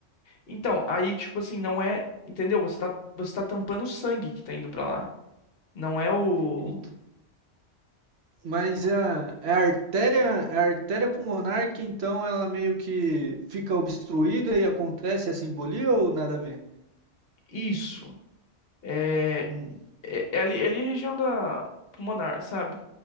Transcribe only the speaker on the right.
Ent- Mas é a, é a artéria, é a artéria pulmonar que então ela meio que fica obstruída e acontece a embolia ou nada a ver?
Hum,